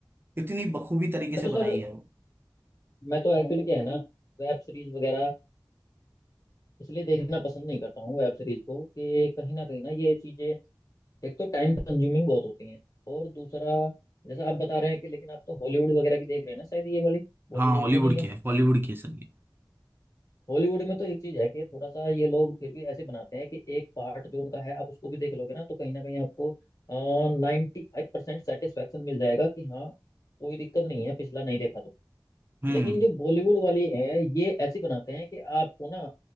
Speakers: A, on the right; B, on the left.
A: इतनी बखूबी तरीके
B: मैं
A: से
B: तो
A: बनाई
B: सर
A: है वो
B: मैं तो एक्चुअली क्या है ना वेब सीरीज वगैरह इसलिए देखना पसंद नहीं करता हूँ वेब सीरीज को कि कहीं ना कहीं ना ये चीजें एक तो टाइम कंज्यूमिंग बहुत होती हैं और दूसरा जैसा आप बता रहे हैं कि लेकिन आप तो हॉलीवुड वगैरह की देख रहे हैं ना शायद ये वाली बॉलीवुड
A: हाँ हॉलीवुड
B: की तो नहीं है
A: की है हॉलीवुड की है सर ये
B: हॉलीवुड में तो एक चीज है कि थोड़ा सा ये लोग फिर भी ऐसे बनाते हैं कि एक पार्ट जो उनका है आप उसको भी देख लोगे ना तो कहीं ना कहीं आपको नाइन्टी फाइव परसेंट सेटिस्फेक्शन मिल जाएगा कि हाँ कोई दिक्कत नहीं है पिछला नहीं देखा तो
A: हम्म
B: लेकिन जो बॉलीवुड वाली है ये ऐसी बनाते हैं कि आपको ना